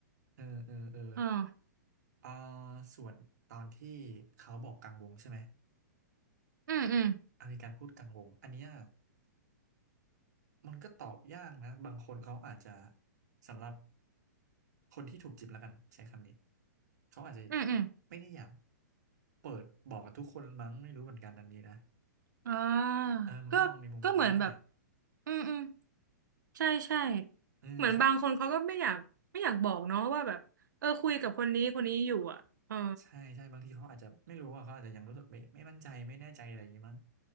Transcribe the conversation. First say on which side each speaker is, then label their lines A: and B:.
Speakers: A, on the right; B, on the right.
A: เออเออเออ
B: เออ
A: อ่าส่วนตอนที่เขาบอกกลางวงใช่ไหม
B: อืมอืม
A: อ่ะมีการพูดกลางวงอันเนี้ยมันก็ตอบยากนะบางคนเขาอาจจะสำหรับคนที่ถูกจีบแล้วกันใช้คำนี้เขาอาจจะ
B: อืมอืม
A: ไม่ได้อยากเปิดบอกกับทุกคนมั้งไม่รู้เหมือนกันอันนี้นะ
B: อ่า
A: เออมันก็มองในมุมนั้นได้
B: ก็ก็เหมือนแบบอืมอืมใช่ใช่
A: เออเขา
B: เหมือนบางคนเขาก็ไม่อยากไม่อยากบอกเนาะว่าแบบเออคุยกับคนนี้คนนี้อยู่อ่ะเออ
A: ใช่ใช่บางทีเขาอาจจะไม่รู้ว่าเขาอาจจะยังรู้สึกไม่ไม่มั่นใจไม่แน่ใจอะไรอย่างงี้มั้ง